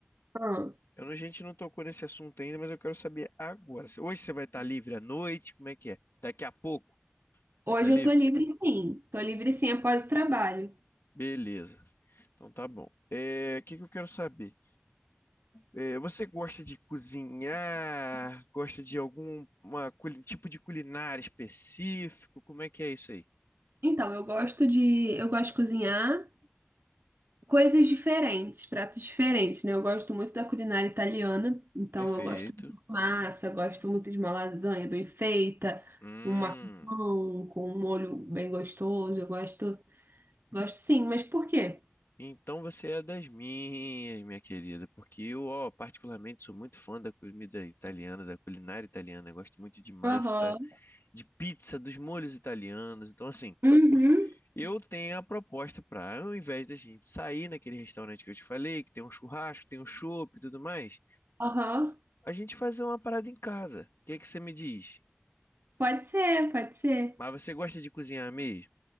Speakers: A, on the right; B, on the left.
A: ah.
B: Eu não- a gente não tocou nesse assunto ainda, mas eu quero saber agora. Se- Hoje você vai estar livre à noite? Como é que é? Daqui a pouco?
A: Hoje
B: Vai estar livre?
A: eu tô livre sim. Tô livre sim após o trabalho.
B: Beleza. Então tá bom. É, o que que eu quero saber? É, você gosta de cozinhar? Gosta de algum uma culi- tipo de culinária específico? Como é que é isso aí?
A: Então, eu gosto de eu gosto de cozinhar coisas diferentes, pratos diferentes, né? Eu gosto muito da culinária italiana, então
B: Perfeito.
A: eu gosto muito de massa, gosto muito de uma lasanha bem feita,
B: Hum,
A: um macarrão com um molho bem gostoso. Eu gosto, gosto sim, mas por quê?
B: então você é das minhas, minha querida, porque eu, ó, particularmente sou muito fã da comida italiana, da culinária italiana. Eu gosto muito de massa,
A: Aham.
B: de pizza, dos molhos italianos. Então, assim,
A: Uhum.
B: Eu tenho a proposta para, ao invés da gente sair naquele restaurante que eu te falei, que tem um churrasco, tem um chopp e tudo mais,
A: Aham.
B: a gente fazer uma parada em casa. O que é que você me diz?
A: Pode ser, pode ser.
B: Mas você gosta de cozinhar mesmo?